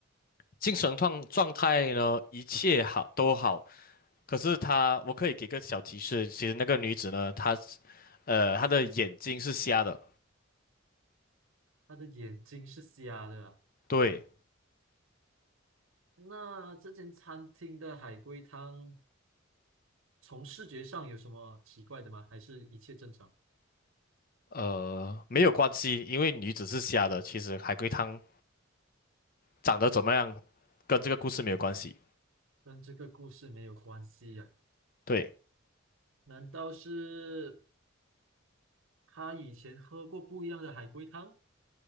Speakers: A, on the left; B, on the right.
A: 精神状状态呢，一切好都好。可是他，我可以给个小提示，其实那个女子呢，她呃，她的眼睛是瞎的，
B: 她的眼睛是瞎的啊。
A: 对，
B: 那这间餐厅的海龟汤从视觉上有什么奇怪的吗？还是一切正常？
A: 呃，没有关系，因为女子是瞎的，其实海龟汤长得怎么样，跟这个故事没有关系。
B: 跟这个故事没有关系呀、
A: 对，
B: 难道是她以前喝过不一样的海龟汤？